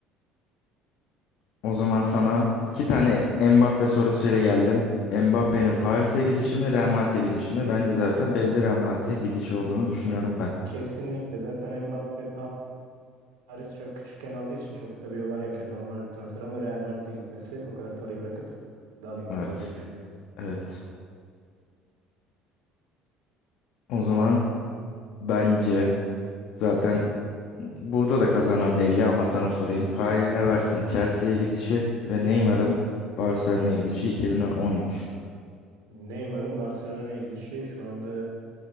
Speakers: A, on the left; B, on the right.
A: O zaman sana iki tane Mbappe sorusuyla geldim. Mbappe'nin Paris'e gidişi mi, Real Madrid'e gidişi mi? Bence zaten belli Real Madrid'e gidişi olduğunu düşünüyorum
B: Ya,
A: ben.
B: kesinlikle zaten Mbappe Paris çok küçükken aldığı için çok da bir olay yok. Yani normal bir transfer ama Real Madrid'e gitmesi o kadar parayı bırakıp daha büyük
A: Evet,
B: bir olay diye düşünüyorum.
A: evet. O zaman bence zaten burada da kazanan belli ama sana sorayım. Kai Havertz'in Chelsea'ye gidişi ve Neymar'ın Barcelona'ya gidişi 2013.
B: Neymar'ın Barcelona'ya gidişi şu anda